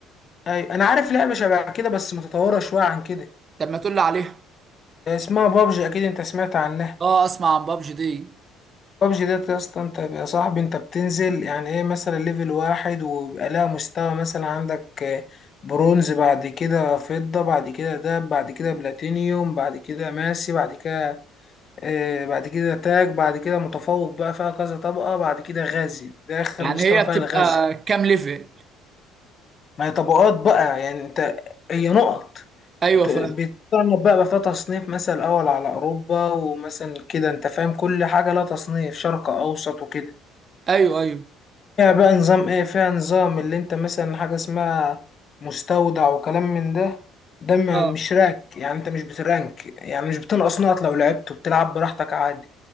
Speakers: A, on the left; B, on the right.
A: اي انا عارف لعبه شبه كده بس متطوره شويه عن كده
B: طب ما تقول لي عليها
A: اسمها بابجي اكيد انت سمعت عنها
B: اه اسمع عن بابجي دي
A: بابجي ديت يا اسطى انت يا صاحبي انت بتنزل يعني ايه مثلا ليفل واحد وبيبقى لها مستوى مثلا عندك آه، برونز بعد كده فضة بعد كده دهب بعد كده بلاتينيوم بعد كده ماسي بعد كده آه، بعد كده تاج بعد كده متفوق بقى فيها كذا طبقة بعد كده غازي ده آخر
B: يعني
A: مستوى
B: هي
A: فيها
B: بتبقى
A: الغازي
B: كام ليفل
A: ما هي طبقات بقى يعني انت هي نقط
B: ايوه
A: ت-
B: فاهم
A: بيتصنف بقى بقى فيها تصنيف مثلا أول على أوروبا ومثلا كده أنت فاهم كل حاجة لها تصنيف شرق أوسط وكده
B: ايوه ايوه
A: فيها بقى نظام إيه فيها نظام اللي أنت مثلا حاجة اسمها مستودع وكلام من ده ده ما-
B: اه
A: مش رانك يعني أنت مش بترانك يعني مش بتنقص نقط لو لعبت وبتلعب براحتك عادي